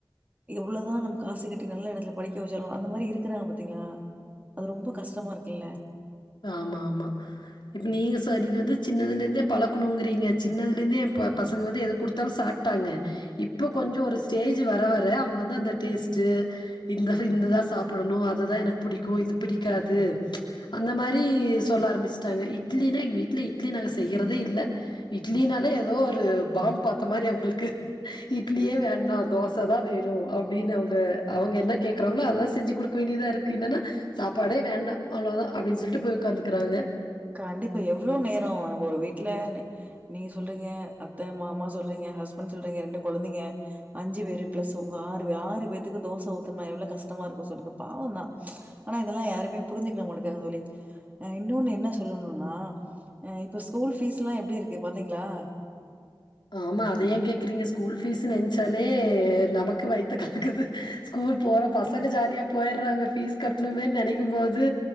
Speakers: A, on the right; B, on the left.
A: இவ்ளோதான் நம்ம காசு கட்டி நல்ல இடதுல படிக்க வச்சாலும் அந்த மாதிரி இருக்குறா பாத்தீங்களா அது ரொம்ப கஷ்டமா இருக்குல்ல
B: ஆமா ஆமா இப்ப நீங்க சரிங்கது சின்னதுல இருந்தே பழக்கணுங்கறீங்க சின்னதுல இருந்தே என் பசங்க வந்து எது குடுத்தாலும் சாப்ட்டாங்க இப்ப கொஞ்சம் ஒரு ஸ்டேஜ் வர வர அவங்க வந்து அந்த டேஸ்ட்டு இந்த இந்ததான் சாப்பிடணும் அதுதான் எனக்கு பிடிக்கும் இது பிடிக்காது அந்த மாதிரி சொல்ல ஆரம்பிச்சுடாங்க இட்லினா எங்கள் வீட்டில் இட்லி நாங்கள் செய்யறதே இல்ல இட்லினால ஏதோ ஒரு பாம் பார்த்த மாதிரி அவங்களுக்கு இட்லியே வேண்டாம் தோஸ் ச <unintelligible> வேணு அப்படின்னு அவங்க அவங்க என்ன கேக்குறாங்களோ அததான் செஞ்சு கொடுக்க வேண்டியதா இருக்கு இல்லனா சாப்பாடே வேண்டாம் அவ்வோதான் அப்டின்னு சொல்லிட்டு போய் உக்காந்துறாங்க
A: கண்டிப்பா எவ்வளோ நேரம் நம்ம ஒரு வீடல நீ சொல்றீங்க அத்தை மாமா சொல்றீங்க ஹஸ்பண்ட் சொல்றீங்க ரெண்டு கொழந்தைங்க அஞ்சு பேரு பிளஸ் உங்க ஆறு பே ஆறு பேத்துக்கு தோசை ஊத்தும்னா எவ்ளோ கஷ்டமா இருக்கும் சொல்லுங்க பாவம் தான் ஆனா இதெல்லா யாருமே புரி்சுக்கிட மாட்டுகங்க தோழி இன்னொன்னு என்ன சொ சொல்லணுனா இப்ப ஸ்கூல் பீஸ் எல்லா எப்படி இருக்கு பாத்தீங்களா
B: ஆமா அத ஏன் கேக்குறீங்க ஸ்கூல் பீஸ் நென்ச்சாலே நமக்கு வய்த்த கல்க்குது ஸ்கூல் போற பசங்க ஜாலியா போயறாங்க பீஸ் கட்டணுமேன்னு நினைக்கும் போது